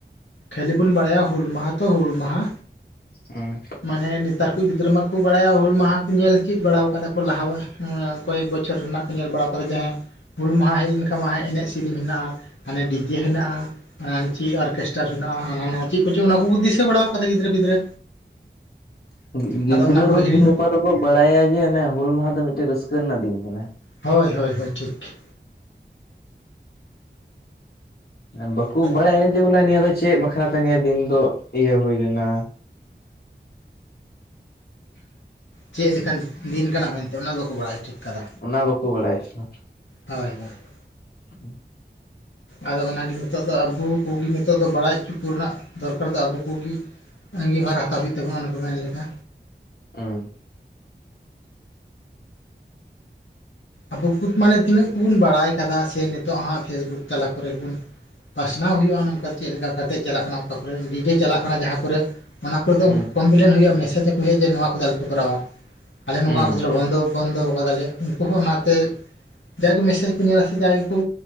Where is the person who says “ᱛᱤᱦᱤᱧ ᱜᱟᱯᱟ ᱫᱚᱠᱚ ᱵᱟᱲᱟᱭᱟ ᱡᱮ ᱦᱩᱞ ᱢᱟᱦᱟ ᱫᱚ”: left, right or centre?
Left